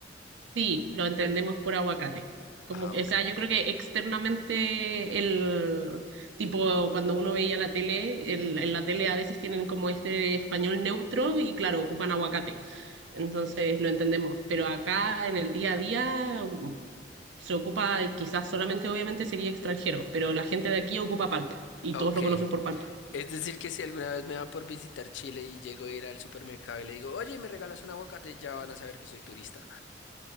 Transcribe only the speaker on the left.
Ah,
ok.
Ok.
Es decir, que si alguna vez me va por visitar Chile y llego a ir al supermercado y le digo, oye, ¿me regalas un aguacate? Ya van a saber que soy turista.